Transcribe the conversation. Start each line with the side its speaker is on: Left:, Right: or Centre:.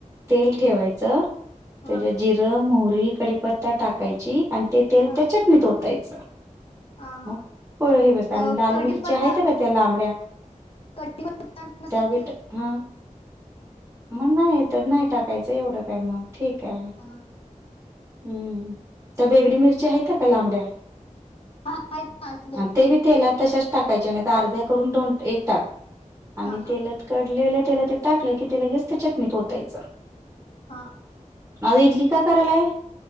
Right: तेल ठेवायचं
Left: हा
Right: त्याच्यात जिरं जिरं मोहरी कडीपत्ता टाकायची आणि ते तेल
Left: हा
Right: त्या चटणीत होतायच.
Left: हा हा
Right: मग हो प हे बसते आणि
Left: अ
Right: लाली
Left: कडीपत्ता
Right: मिरची आहेत्या का? त्या लांबड्या
Left: कडीपत्ता नसेल
Right: त्या बी टा हा, मग नाही तर नाही टाकायचं एवढं काय मग. ठीक आहे
Left: तर
Right: हम्म त्या बेगडी मिरची आहेत त्या का लांबड्या.
Left: हा का <inaudible> आनंद आहेत
Right: आणि ते बी तेलात तशाच टाकायच्या नाही तर अर्ध्या करून दोन एक टाक आणि
Left: हा हा
Right: तेलात. कडलेल्या त्याला ते टाकलं की ते लगेच ते चटणीत होतायच.
Left: हा,
Right: आज इडली का करायलाय